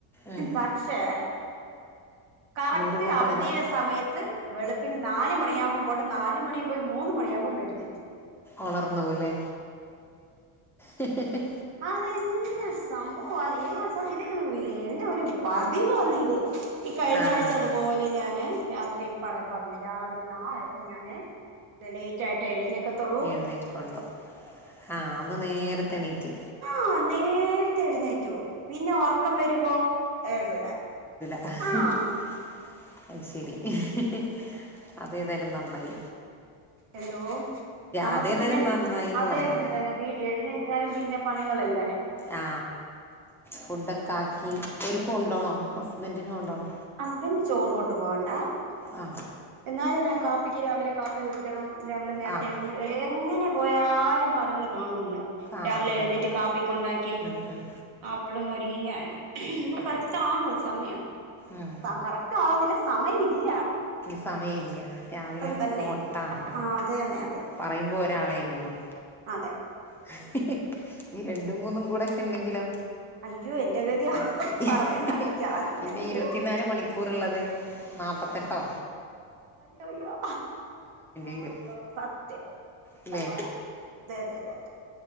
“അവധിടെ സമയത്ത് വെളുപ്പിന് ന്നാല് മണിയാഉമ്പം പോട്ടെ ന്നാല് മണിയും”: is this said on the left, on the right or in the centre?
Right